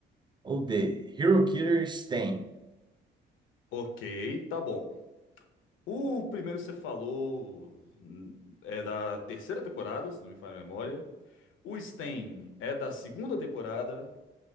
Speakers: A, on the right; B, on the left.
A: Ou D. Hero Killer Stain.
B: Ok, tá bom. O primeiro que você falou hum, é da terceira temporada, se não me falha a memória. O Stain é da segunda temporada.